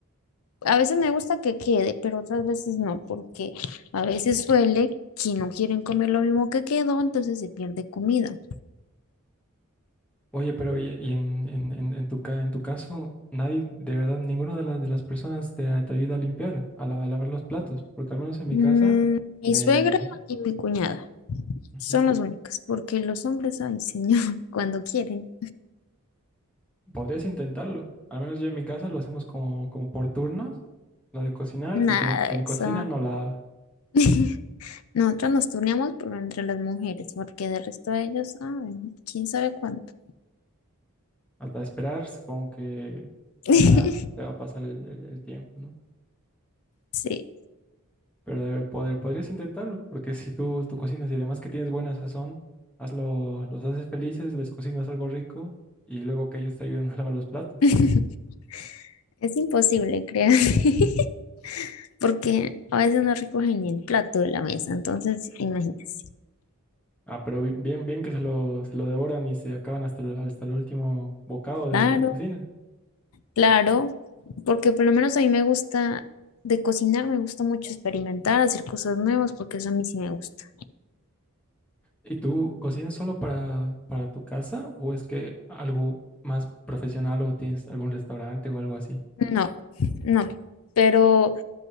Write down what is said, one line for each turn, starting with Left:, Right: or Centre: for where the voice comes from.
Left: A veces me gusta que quede, pero otras veces no, porque a veces suele que no quieren comer lo mismo que quedó, entonces se pierde comida.
Centre: Oye, pero y, y en, en, en, en tu, ca- en tu caso, nadie, de verdad, ninguna de las, de las personas te, te ayuda a limpiar, a, la- a lavar los platos, porque al menos en
Left: Mm,
Centre: mi casa
Left: mi
Centre: me...
Left: suegra y mi cuñada.
Centre: Ujú.
Left: Son los únicos, porque los hombres, ay, señor, <laughs> cuando quieren.
Centre: Podrías intentarlo, al menos yo en mi casa lo hacemos como, como por turnos, lo de cocinar,
Left: Nada,
Centre: y quien, quien
Left: de eso.
Centre: cocina no lava.
Left: <laughs> Nosotros nos turneamos, pero entre las mujeres, porque del resto de ellos, ay, quién sabe cuánto.
Centre: Hasta esperar, supongo que
Left: <laughs>
Centre: ya te va a pasar el, el- el tiempo, ¿no?
Left: Sí,
Centre: Pero debe poder, podrías intentarlo, porque si tú, tú cocinas y además que tienes buena sazón, hazlo, los haces felices, les cocinas algo rico y luego que ellos te ayuden a lavar los platos.
Left: <laughs> es imposible, créanme, <laughs> porque a veces no recogen ni el plato de la mesa, entonces imagínense.
Centre: Ah, pero bi- bien, bien que se lo, se lo devoran y se acaban hasta el, hasta el último bocado de
Left: Claro,
Centre: lo que cocinas.
Left: claro, porque por lo menos a mí me gusta de cocinar, me gusta mucho experimentar, hacer cosas nuevas, porque eso a mí sí me gusta.
Centre: ¿Y tú cocinas solo para, para tu casa o es que algo más profesional o tienes algún restaurante o algo así?
Left: No, no, pero